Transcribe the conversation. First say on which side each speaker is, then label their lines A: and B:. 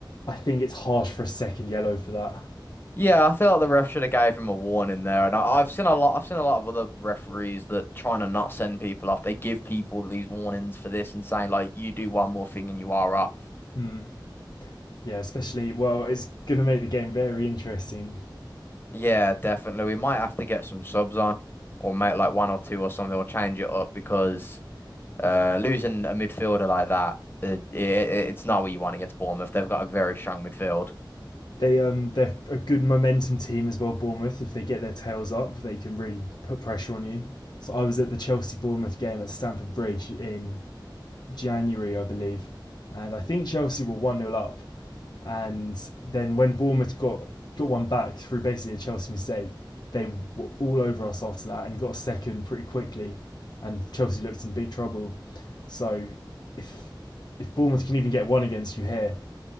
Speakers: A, on the left; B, on the left.
A: I think it's harsh for a second yellow for that.
B: Yeah, I feel like the ref should have gave him a warning there. And I, I've seen a lot. I've seen a lot of other referees that trying to not send people off. They give people these warnings for this and saying like, you do one more thing and you are off.
A: Mm. Yeah, especially well, it's gonna make the game very interesting.
B: Yeah, definitely. We might have to get some subs on, or make like one or two or something, or change it up because. Uh, losing a midfielder like that, uh, it, it, it's not what you want against Bournemouth. They've got a very strong midfield.
A: They um they're a good momentum team as well, Bournemouth. If they get their tails up, they can really put pressure on you. So I was at the Chelsea Bournemouth game at Stamford Bridge in January, I believe, and I think Chelsea were one nil up And then when Bournemouth got got one back through basically a Chelsea mistake, they were all over us after that and got a second pretty quickly. And Chelsea looked in big trouble. So if if Bournemouth can even get one against you here,